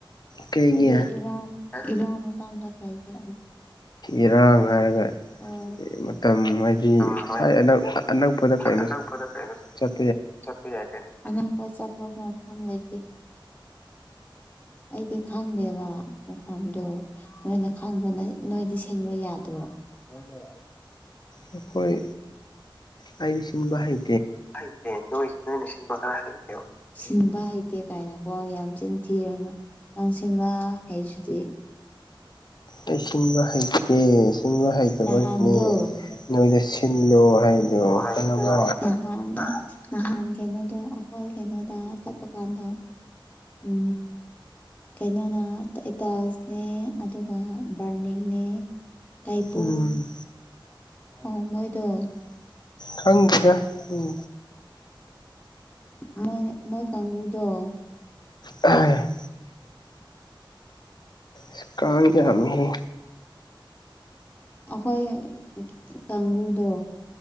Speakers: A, on the left; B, on the left.
A: ꯀꯩꯒꯤ
B: ꯍꯧꯖꯤꯛ ꯏꯔꯥꯡ ꯏꯔꯥꯡ ꯃꯇꯝꯗ ꯀꯩꯒꯤ
A: ꯏꯔꯥꯡ ꯍꯥꯏꯔꯒ
B: ꯑꯣ
A: ꯃꯇꯝ ꯍꯥꯏꯗꯤ
B: ꯌꯥꯝ ꯍꯥꯏꯗꯤ
A: ꯁꯥꯏ ꯑꯅꯛ ꯑꯅꯛꯄꯗ ꯀꯩꯅꯣ
B: ꯑꯅꯛꯄꯗ ꯀꯩꯅꯣ
A: ꯆꯠ
B: ꯆꯠꯄ ꯌꯥꯏ ꯀꯩꯅ‌ꯣ ꯑꯅꯛꯄ ꯆꯠꯄ ꯃꯐꯝ ꯂꯩꯇꯦ ꯑꯩꯗꯤ ꯈꯪꯗꯦꯕ ꯃꯐꯝꯗꯣ ꯅꯣꯏꯅ ꯈꯪꯕꯅ ꯅꯣꯏꯗꯤ ꯁꯤꯟꯕ ꯌꯥꯗ꯭ꯔꯣ ꯍꯣꯏꯗ
A: ꯑꯩꯈꯣꯏ ꯑꯥꯏꯗꯤꯁꯤꯟꯕ ꯍꯥꯏ
B: ꯍꯩꯇ‌ꯦ ꯅꯣꯏ ꯅꯣꯏꯅ ꯁꯤꯟꯕ ꯈꯔ ꯍꯥꯏꯌ‌ꯦꯕ ꯁꯤꯟꯕ ꯍꯩꯇꯦ ꯀꯥꯏꯅꯀꯣ ꯌꯥꯝ ꯆꯤꯟ ꯊꯤꯔꯅꯨ ꯅꯪꯁꯤꯟꯕ ꯍꯩꯁꯤꯗꯤ
A: ꯑꯩ ꯁꯤꯟꯕ ꯍꯩꯇꯦ ꯁꯤꯟꯡꯕ ꯍꯩꯇꯕꯒꯤꯅꯦ
B: ꯅꯍꯥꯟꯗꯣ
A: ꯅꯣꯏꯗ ꯁꯤꯜꯂꯣ ꯍꯥꯏꯗꯣ
B: ꯂꯛꯑꯣ ꯍꯥꯏꯗ‌ꯣ
A: ꯈꯪꯉꯕ
B: ꯅꯍꯥꯟ ꯅꯍꯥꯟ ꯀꯩꯅꯣꯗꯣ ꯑꯩꯈꯣꯏ ꯀꯩꯅꯣꯗꯥ ꯆꯠꯄ ꯀꯥꯟꯗꯥ ꯎ ꯀꯩꯅꯣꯅ ꯇꯇꯥꯁꯅꯦ ꯑꯗꯨꯒ ꯕꯔꯅꯤꯡ ꯇꯥꯏꯄꯨ
A: ꯎꯝ
B: ꯑꯣ ꯃꯣꯏꯗꯣ
A: ꯈꯪ ꯀꯗꯦ ꯎꯝ
B: ꯃꯣꯏ ꯃꯣꯏ ꯀꯥꯡꯪꯕꯨꯨꯗ
A: ꯑ ꯁꯀꯥꯟꯖꯃꯤꯍ
B: ꯑꯩꯈꯣꯏ ꯀꯥꯡꯪꯘꯨꯗ